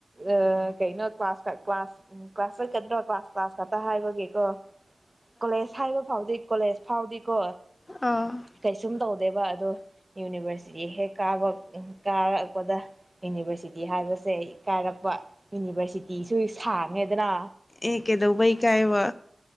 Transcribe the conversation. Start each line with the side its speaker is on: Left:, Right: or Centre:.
Right: ꯑ ꯀꯩꯅꯣ ꯀ꯭ꯂꯥꯁ ꯀ꯭ꯂꯥꯁ ꯎꯝ ꯀ꯭ꯂꯥꯁ ꯆꯠꯀꯗ꯭ꯔꯣ ꯀ꯭ꯂꯥꯁ ꯀ꯭ꯂꯥꯁ ꯈꯛꯇ ꯍꯥꯏꯕꯒꯤꯀꯣ ꯀꯣꯂꯦꯖ ꯍꯥꯏꯕ ꯐꯥꯎꯗꯤ ꯀꯣꯂꯦꯖ ꯐꯥꯎꯗꯤꯀꯣ
Left: ꯑ
Right: ꯀꯩꯁꯨꯝ ꯇꯧꯗꯦꯕ ꯑꯗꯣ ꯌꯨꯅꯤꯚꯔꯁꯤꯇꯤ ꯍꯦꯛ ꯀꯥꯕ ꯀꯥꯔꯛꯄꯗ ꯌꯨꯅꯤꯚꯔꯁꯤꯇꯤ ꯍꯥꯏꯕꯁꯦ ꯀꯥꯔꯛꯄ ꯌꯨꯅꯤꯚꯔꯁꯤꯇꯤꯁꯨ ꯁꯥꯡꯉꯦꯗꯅ
Left: ꯑꯦ ꯀꯦꯗꯧꯕꯩ ꯀꯥꯏꯕꯥ